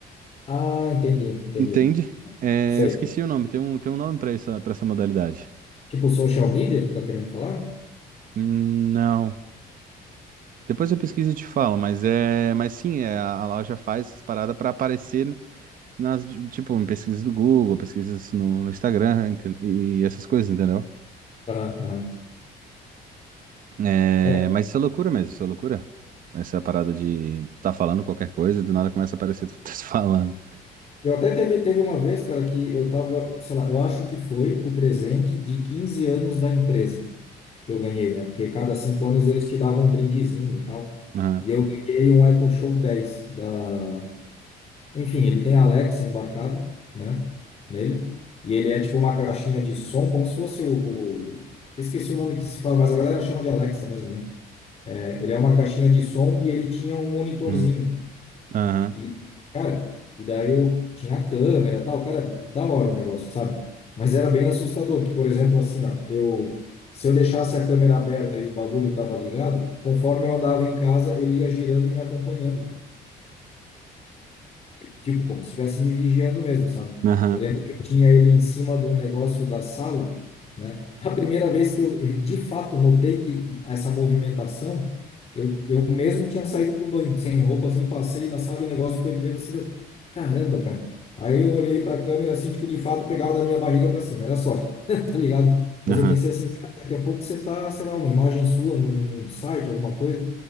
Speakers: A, on the left (about 35°); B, on the right (about 55°).
A: Ah, entendi, entendi.
B: Entende? É,
A: Sei.
B: eu esqueci o nome, tem um tem um nome pra isso, para essa modalidade.
A: Tipo social media, tu tá querendo falar?
B: Hum, Não. Depois eu pesquiso e te falo, mas é, mas sim, é, a a loja faz essas paradas para aparecer nas, tipo, em pesquisas do Google, pesquisas no, no Instagram enten- e essas coisas, entendeu?
A: Aham, aham.
B: É,
A: É,
B: mas isso é loucura mesmo, isso é loucura. Essa parada de tu tá falando qualquer coisa e do nada começa a aparecer tu tá <laughs> falando.
A: eu até teve, teve uma vez, cara, que eu tava, sei lá, eu acho que foi o presente de 15 anos da empresa. que eu ganhei, né? Porque cada cinco anos eles te davam um brindezinho e tal.
B: Aham,
A: E eu ganhei um Echo Show 10 da. Enfim, ele tem a Alexa embarcada, né? Nele. E ele é tipo uma caixinha de som, como se fosse o, o... eu Esqueci o nome que se fala, mas a galera chama de Alexa mesmo, né? É, ele é uma caixinha de som e ele tinha um monitorzinho.
B: uhum, aham,
A: E, cara, e daí eu tinha a câmera e tal, cara, da hora o negócio, sabe? Mas era bem assustador, que, por exemplo, assim, ó, eu, se eu deixasse a câmera aberta e o bagulho tava ligado, conforme eu andava em casa, ele ia girando e me acompanhando, cara. Tipo, como se estivesse me vigiando mesmo, sabe?
B: aham,
A: Eu lembro que eu tinha ele em cima de um negócio da sala, né? A primeira vez que eu, de fato, notei que essa movimentação, eu, eu mesmo tinha saído do banho, sem roupa, assim, passei na sala e o negócio foi vendo assim, eu, caramba, cara. Aí eu olhei para a câmera assim, tipo, de fato, pegava da minha barriga para cima, era sorte, <laughs> tá ligado? Mas
B: aham,
A: eu pensei assim, cara, daqui a pouco você tá, sei lá, uma imagem sua num num site, alguma coisa.